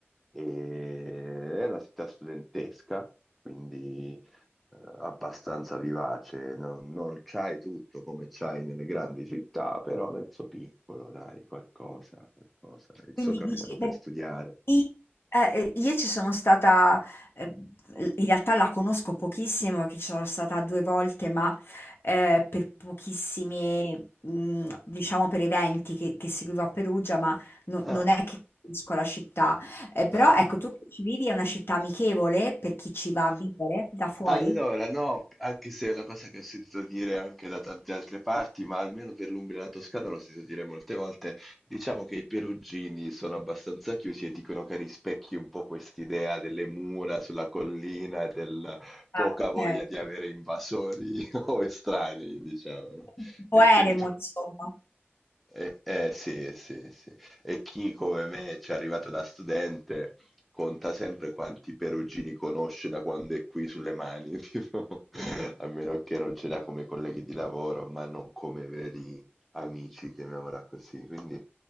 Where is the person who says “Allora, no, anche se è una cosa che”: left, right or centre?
Centre